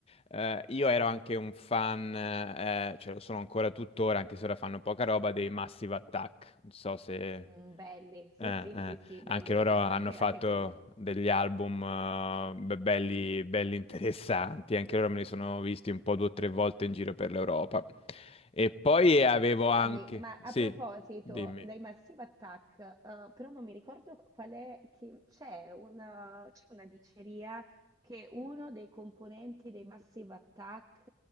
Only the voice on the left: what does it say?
eh, io ero anche un fan, eh, cioè lo sono ancora tuttora, anche se ora fanno poca roba, dei Massive Attack. Non so se...
Eh,
eh.
Anche loro
hanno
fatto
degli album eh, be- belli, belli interessanti, anche loro me li sono visti un po' due o tre volte in giro per l'Europa. E poi avevo
anche,
sì,
dimmi,